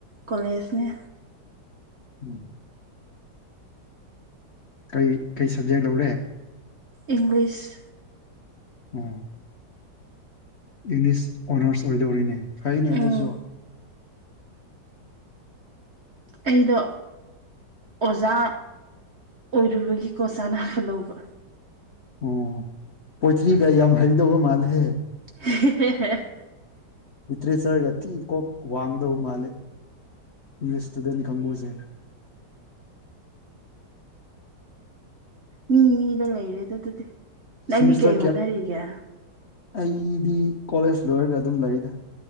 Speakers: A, on the right; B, on the left.
A: ꯀꯣꯂꯦꯁ ꯅꯦ
B: ꯎꯝ ꯀꯩ ꯀꯩ ꯁꯕꯖꯦꯛ ꯂꯧꯔꯦ
A: ꯏꯪꯂꯤꯁ
B: ꯑ‌ꯣ ꯏꯪꯂꯤꯁ ꯑꯣꯅꯔꯁ ꯑꯣꯏ ꯗꯧꯔꯤꯅꯦ ꯐꯩꯅꯦ
A: ꯎꯝ
B: ꯑꯗꯨꯖꯨ
A: ꯑꯩꯗꯣ ꯑꯣꯖꯥ ꯑꯣꯏꯔꯨꯕꯒꯤꯀꯣ ꯆꯥꯟꯅꯕ ꯂꯧꯕ
B: ꯑꯣ ꯄꯣꯏꯇ꯭ꯔꯤꯒ ꯌꯥꯝ ꯍꯩꯗꯧꯕ ꯃꯥꯜꯂꯦꯍꯦ
A: <unintelligible>
B: ꯂꯤꯇꯔꯦꯆꯔꯒ ꯊꯤ ꯀꯣꯛ ꯋꯥꯡꯗꯧ ꯃꯥꯜꯂꯦ ꯏꯪꯂꯤꯁ ꯏꯁꯇꯨꯗꯦꯟ ꯀꯥꯡꯕꯨꯖ‌ꯦ
A: ꯃꯤ ꯃꯤꯗ ꯂꯩꯔꯦꯗ ꯑꯗꯨꯗꯤ ꯅꯪꯗꯤ
B: ꯁꯦꯃꯤꯁꯇꯔ
A: ꯀꯩ
B: ꯀꯌꯥ
A: ꯍꯣꯠꯅꯔꯤꯒꯦ
B: ꯑꯩꯗꯤ ꯀꯣꯂꯦꯁ ꯂꯣꯏꯔꯒ ꯑꯗꯨꯝ ꯂꯩꯗ